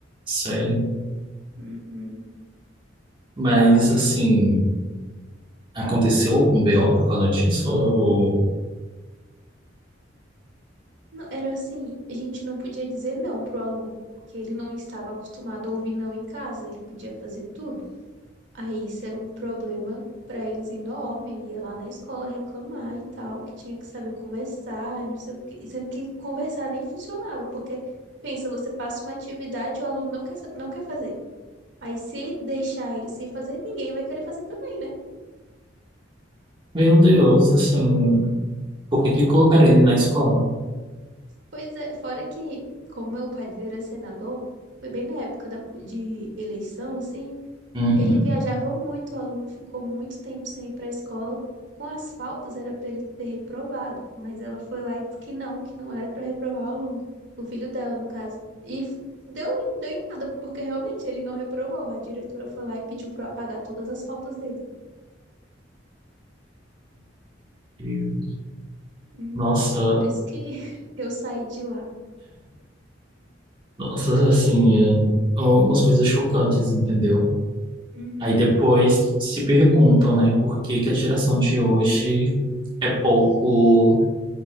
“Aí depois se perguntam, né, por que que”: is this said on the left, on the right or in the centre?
Right